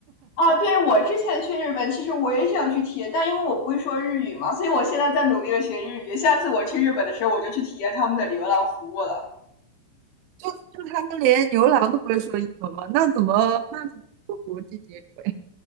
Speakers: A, on the left; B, on the right.
A: 哦，对，我之前去日本，其实我也想去体验，但因为我不会说日语嘛，所以我现在在努力的学日语。下次我去日本的时候，我就去体验他们的流浪服务了。
B: 就就他们连牛郎都不会说英文嘛，那怎么那怎么和国际接轨？